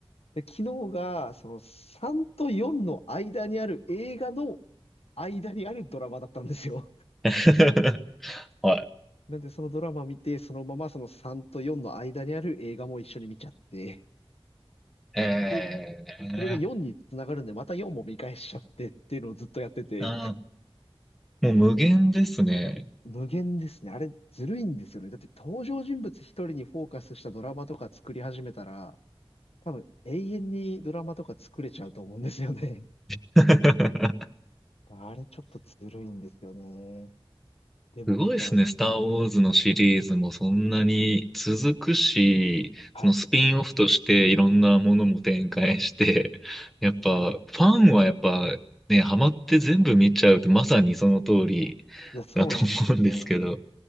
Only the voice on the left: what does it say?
で、昨日が、その3と4の間にある映画の間にあるドラマだったんですよ。
<laughs> なんでそのドラマ見て、そのままその3と4の間にある映画も一緒に見ちゃって、
で、それが4につながるんで、また4も見返しちゃってっていうのをずっとやってて、
無限ですね。あれ、ずるいんですよね。だって登場人物一人にフォーカスしたドラマとか作り始めたら、多分永遠にドラマとか作れちゃうと思うんですよね。
<laughs> あれちょっとずるいんですよね。でも見ちゃう。
はい。
そう
いや、そうなんですよね。